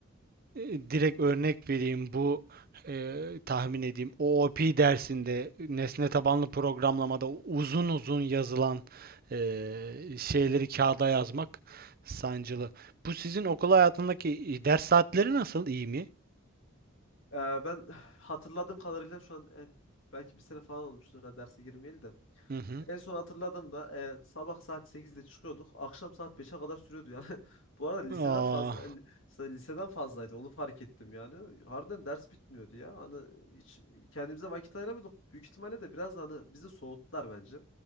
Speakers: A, on the right (about 45°); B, on the left (about 65°).
A: e, direkt örnek vereyim bu e, tahmin edeyim. o OOP dersinde nesne tabanlı programlamada uzun uzun yazılan e, şeyleri kağıda yazmak sancılı. Bu sizin okul hayatındaki e, ders saatleri nasıl? İyi mi?
B: Ee, ben <sighs> hatırladığım kadarıyla şu an e, belki bir sene falan olmuştur ha derse girmeyeli de.
A: Hı hı.
B: En son hatırladığımda e, sabah saat sekizde çıkıyorduk. Akşam saat beşe kadar sürüyordu yani. <laughs> Bu arada liseden
A: Aa,
B: fazla li- liseden fazlaydı. Onu fark ettim yani. Harbiden ders bitmiyordu ya. Hani hiç kendimize vakit ayıramıyorduk. Büyük ihtimalle de biraz da hani bizi soğuttular bence.